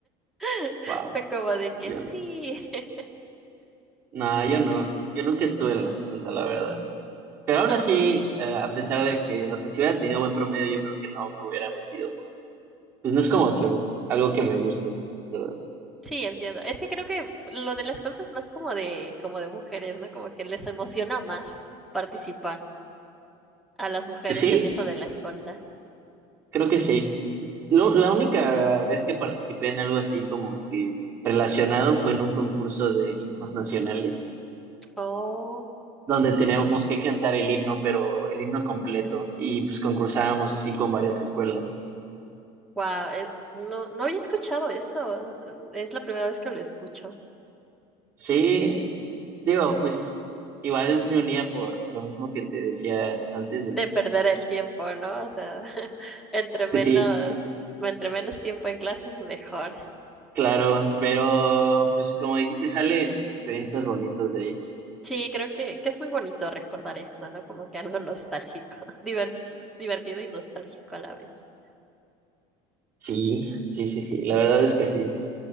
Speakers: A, in the centre; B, on the right.
A: <laughs>
B: wow,
A: Fue como de que
B: yo
A: sí.
B: no.
A: <laughs>
B: No, yo no, yo nunca estuve en la escolta, la verdad. Pero aún
A: Ah,
B: así, eh, a pesar de que, o sea, si hubiera tenido buen promedio, yo creo que no me hubiera metido, porque, pues no es como que algo que me guste, ¿verdad?
A: Sí, entiendo. Es que creo que lo de la escolta es más como de, como de mujeres, ¿no? Como que les emociona más participar a las mujeres
B: Pues sí.
A: en eso de la escolta.
B: Creo que sí. Lo- la única vez que participé en algo así como que relacionado fue en un concurso de himnos nacionales,
A: Oh.
B: donde teníamos que cantar el himno, pero el himno completo, y pues concursábamos así con varias escuelas.
A: Wow, no, no había escuchado eso. Es la primera vez que lo escucho.
B: Sí, digo, pues igual me unía por lo mismo que te decía antes de
A: De
B: que,
A: perder el tiempo, ¿no? O sea, <laughs> entre menos,
B: pues sí,
A: entre menos tiempo en clases, mejor.
B: claro, pero pues como dijiste, salen experiencias bonitas de ahí. porque-
A: Sí, creo que, que es muy bonito recordar esto, ¿no? Como que algo nostálgico, <laughs> diver- divertido y nostálgico a la vez.
B: Sí, sí, sí, sí, la verdad es que sí.